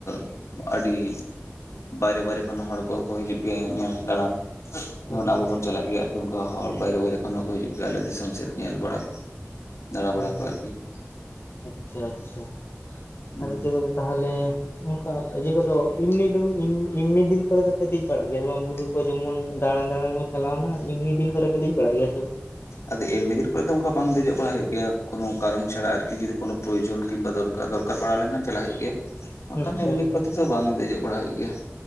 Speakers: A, on the left (about 85°); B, on the left (about 55°).
A: ᱼᱼ ᱟᱹᱰᱤ ᱵᱟᱭᱨᱮ ᱵᱟᱭᱨᱮ ᱠᱷᱚᱱ ᱦᱚᱲ ᱠᱚᱦᱚᱸ ᱠᱚ ᱦᱤᱡᱩᱜ ᱜᱮᱭᱟ ᱧᱮᱞ ᱫᱟᱲᱟᱱ ᱾ ᱡᱮᱢᱚᱱ
B: ᱟᱪᱪᱷᱟ
A: ᱟᱵᱚ
B: ᱟᱪᱪᱷᱟ
A: ᱵᱚᱱ ᱪᱟᱞᱟᱜ ᱜᱮᱭᱟ, ᱟᱨᱠᱤ ᱩᱱᱠᱟ ᱦᱚᱲ ᱵᱟᱭᱨᱮ ᱵᱟᱭᱨᱮ ᱠᱷᱚᱱ ᱦᱚᱸ ᱠᱚ ᱦᱤᱡᱩᱜ ᱜᱮᱭᱟ ᱟᱞᱮ ᱫᱤᱥᱚᱢ ᱥᱮᱫ ᱧᱮᱞ ᱵᱟᱲᱟ ᱠᱚᱼᱼ ᱫᱟᱲᱟ ᱵᱟᱲᱟ
B: ᱚ
A: ᱠᱚ ᱟᱨᱠᱤ ᱾
B: ᱟᱪᱪᱷᱟ ᱟᱪᱪᱷᱟ,
A: ᱦᱩᱸ
B: ᱟᱨ ᱡᱟᱜᱚ ᱢᱮᱼᱼ ᱛᱟᱦᱚᱞᱮ ᱚᱱᱠᱟ ᱤᱭᱟᱹ ᱠᱚᱫᱚ, ᱮᱢᱱᱤ ᱫᱚ ᱮᱢᱱᱤ ᱫᱤᱱ ᱠᱚᱨᱮ ᱫᱚᱯᱮ ᱫᱮᱡ ᱵᱟᱲᱟᱜ ᱜᱮᱭᱟ ᱥᱮ ᱵᱟᱝ ᱵᱩᱨᱩ? ᱡᱮᱢᱚᱱ ᱫᱟᱲᱟ ᱫᱟᱲᱟᱱ ᱠᱚ ᱪᱟᱞᱟᱣ ᱮᱱᱟ ᱮᱢᱚᱱᱤ ᱫᱤᱱ ᱠᱚᱨᱮ ᱯᱮ ᱫᱮᱡ ᱵᱟᱲᱟᱭ ᱜᱮᱭᱟ ᱥᱮ ᱵᱟᱝ?
A: ᱟᱫᱚ ᱮᱢᱱᱤ ᱫᱤᱱ ᱠᱚᱨᱮ ᱫᱚ ᱚᱱᱠᱟ ᱵᱟᱝ ᱫᱮᱡᱚᱜ ᱵᱟᱲᱟ ᱦᱩᱭᱩᱜ ᱜᱮᱭᱟ, ᱠᱳᱱᱳ ᱠᱟᱨᱚᱱ ᱪᱷᱟᱲᱟ ᱟᱨᱠᱤ ᱡᱩᱫᱤ ᱠᱳᱱᱳᱼᱼ ᱯᱨᱚᱭᱳᱡᱚᱱ ᱠᱤᱝᱵᱟ ᱫᱚᱨᱠᱟᱨ, ᱫᱚᱨᱠᱟᱨ ᱯᱟᱲᱟᱣ ᱞᱮᱱᱠᱷᱟᱱ ᱪᱟᱞᱟᱜ ᱦᱩᱭᱩᱜ ᱜᱮᱭᱟ
B: <inaudible>
A: ᱾ ᱵᱟᱝᱠᱷᱟᱱ ᱮᱢᱱᱤ
B: ᱟᱪᱪᱷᱟ
A: ᱠᱚᱛᱮ ᱫᱚ ᱵᱟᱝ ᱫᱮᱡᱚᱜ ᱵᱟᱲᱟ ᱦᱩᱭᱩᱜ ᱜᱮᱭᱟ ᱾